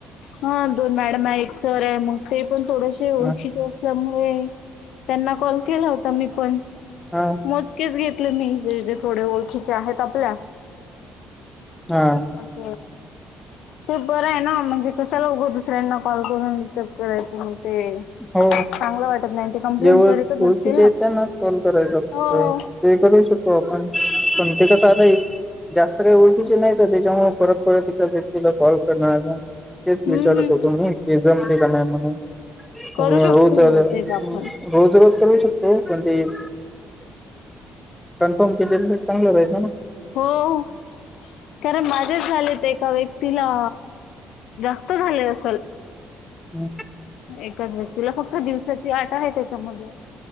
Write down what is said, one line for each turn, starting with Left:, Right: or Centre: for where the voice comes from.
Left: हा दोन मॅडम आहे, एक सर आहे मग ते पण थोडेसे ओळखीचे
Centre: हा
Left: आहे. त्यामुळे त्यांना कॉल केला होता मी पण
Centre: हा
Left: म केच घेतले मी जे जे थोडे ओळखीचे आहेत आपल्या.
Centre: हा.
Left: अस. ते बरं आहे ना म्हणजे कशाला उघं दुसऱ्यांना कॉल करून डिस्टर्ब करायचं मग ते
Centre: हो
Left: चांगलं वाटत नाही ते कंप्लेंट
Centre: जे ओळ
Left: करतच
Centre: ओळखीचे
Left: असतील ना
Centre: त्यांनाच कॉल करायचा फक्त
Left: हो हो
Centre: ते करू शकतो आपण पण ते कस आलंय जास्त काही ओळखीचे नाही तर त्याच्यामुळे परत परत एका तिला फॉल करण आल. तेच
Left: हम्म
Centre: विचारत होतो मी की जमते का नाही म्हणुन.
Left: करू
Centre: रोज
Left: शकतो
Centre: आलं
Left: बहुतेक आपण
Centre: रोज रोज करू शकतो पण ते येच कन्फर्म केलेलं तर चांगलं राहिल ना.
Left: हो कारण माजेच झाल ते एका व्य तिला जास्त झाले असेल.
Centre: हम्म.
Left: एकाच व्यक्तीला फक्त दिवसाची आट आहे त्याच्यामध्ये.